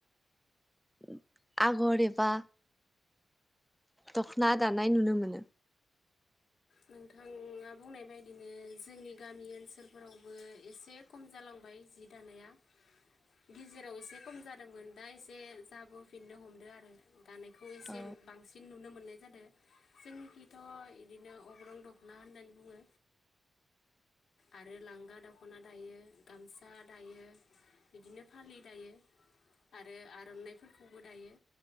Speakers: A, in the centre; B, on the left.
A: उम आगर एबा दखना दानाय नुनो मोनो
B: नोंथांआ बुंनाय बायदिनो जोंनि गामि ओनसोलफोरावबो एसे खम जालांबाय जि दानाया गेजेराव एसे खम जादोंमोन दा एसे जाबोफिननो हमदो आरो दानाय फुंनि सिम
A: औ
B: बांसिन नुनो मो ननाय जादों जोंनिखिथ' इदिनो अग्रं दख'ना होननानै बुङो आरो ओ लांगा दख'ना दायो गामसा दायो बिदिनो फालि दायो आरो आर'नाइफोरखौबो दायो